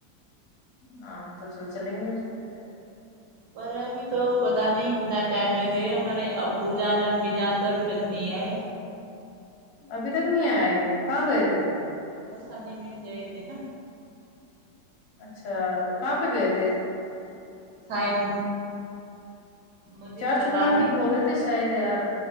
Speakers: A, on the left (about 70°); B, on the right (about 70°).
A: ہاں تو چل چلیں گے اس میں کیا ہے
B: پر ابھی تو پت نہیں کتنا ٹائم لگےا ہمارے ابو جان امی جان تو ابھی تک نہیں آئے
A: ابھی تک نہیں آئے کہ گ تھ
B: اور شادی میں گئے تھے نا
A: اچھا کہاں پہ گئے تھ
B: شاید مجھے
A: چار
B: پتا
A: چما کی
B: نہیں
A: بول رہے تھے شاید یار